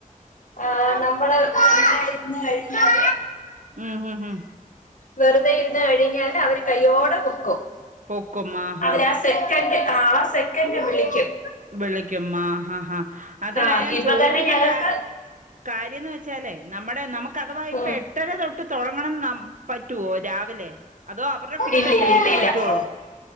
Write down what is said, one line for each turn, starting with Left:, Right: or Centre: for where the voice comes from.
Left: ആഹ് നമ്മള് ഇന്ന് കഴിഞ്ഞ <inaudible>
Right: ഉം ഹും ഹും
Left: വെറുതെ ഇരുന്ന് കഴിഞ്ഞാല് അവര് കയ്യോടെ പൊക്കും
Right: പൊക്കുമ്മാ ഹാ
Left: അവരാ സെ ക്കന്റ് ആഹ് അ സെക്കൻന്റ് വിളിക്കും
Right: വിളിക്കും ആ ഹ ഹാ അതല്ല
Left: ആഹ്
Right: ഞാൻ
Left: ഇപ്പൊ
Right: ചോദിക്കുന്ന
Left: തന്നെ ഞങ്ങക്ക്
Right: കാ കാര്യംന്ന് വെച്ചാലേ നമ്മുടെ നമുക്ക് അഥവാ ഇപ്പൊ
Left: ഉം
Right: എ ട്ടര തൊട്ട് താെടങ്ങണം ന്നാ പറ്റുവോ രാവിലെ അതോ അവരുടെ ഫിക്സഡ്
Left: ഇല്ലില്ലില്ലില്ല
Right: ടൈമിലേ പറ്റുവോള്ളോ